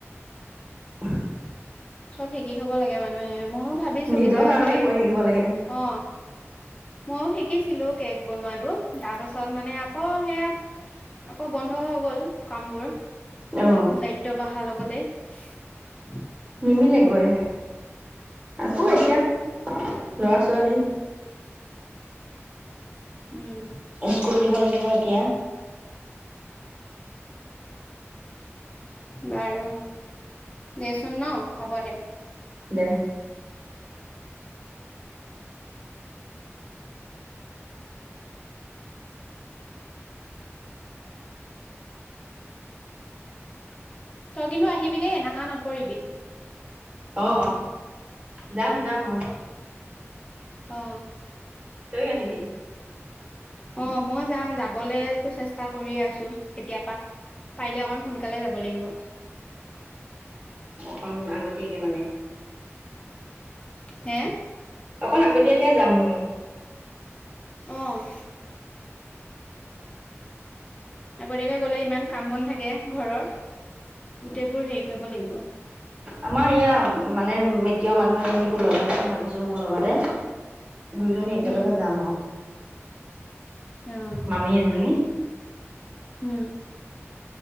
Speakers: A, on the right; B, on the left.
A: <unintelligible>
B: চব শিকি থব লাগে মানুহে মইও ভাবিছো
A: নিজৰ
B: কিবা
A: কাৰণে
B: এনেকে
A: কৰি থাকিব লাগে
B: অ মইও শিকিছিলো কেক বনোৱাটো তাৰ পাছত মানে আকৌ সেয়া আকৌ বন্ধ হৈ গ'ল কামবোৰ
A: অ
B: দায়িত্ব বঢ়া লগতে <unintelligible>
A: নিমিলেগৈ আকৌ এতিয়া
B: অ
A: লৰা ছোৱালী
B: উম
A: স্কুল দিব লাগিব এতিয়া
B: বাৰু দে চোন ন হ'ব দে
A: দেহ
B: তই কিন্তু আহিবি দেই নাহা নকৰিবি
A: আহ যাম যাম মই
B: অ
A: তইও আহিবি
B: অ মই যাম যাবলে চেষ্টা কৰি আছো কেতিয়া পা পাৰিলে অকন সোনকালে যাব লাগিব
A: অকণ আগতীয়াকে মানে
B: হে
A: অকন আগতীয়াকে যাম ময়ো
B: অঁ আগতীয়াকে গলে ইমান কাম বন থাকে ঘৰৰ গোটেইবোৰ হেৰি কৰিব লাগিব
A: আমাৰ এয়া মানে মৃতীয় মানুহ এজনীকো লৈ যাম বুলি ভাবিছো মোৰ লগতে দুইজনী একেলগে
B: উম
A: যাম আৰু
B: অ
A: মামী এজনী
B: উম